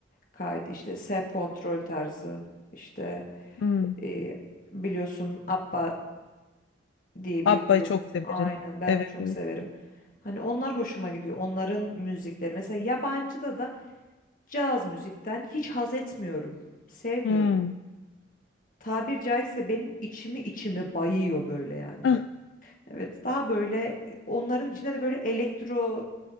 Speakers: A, on the left; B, on the left.
A: kaydı. İşte Self Control tarzı, işte
B: Hmm.
A: eee, biliyorsun ABBA diye
B: Abba'yı
A: bir grup.
B: çok severim.
A: Aynen ben
B: Evet
A: de çok
B: evet.
A: severim. Hani onlar hoşuma gidiyor. Onların müzikleri. Mesela yabancıda da caz müzikten hiç haz etmiyorum. Sevmiyorum.
B: Hmm.
A: Tabir caizse benim içimi içimi bayıyor böyle yani.
B: <laughs>
A: Evet daha böyle e, onların içinde de böyle elektro